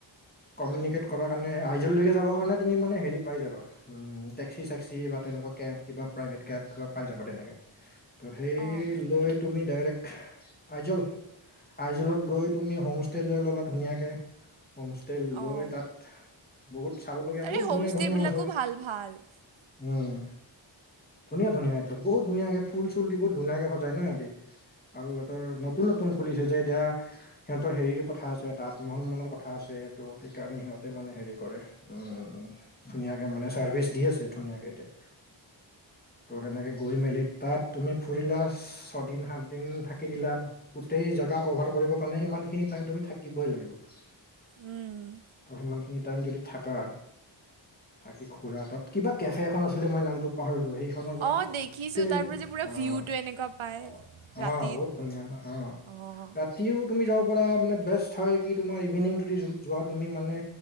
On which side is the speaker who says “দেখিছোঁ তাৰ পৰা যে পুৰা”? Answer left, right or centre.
Right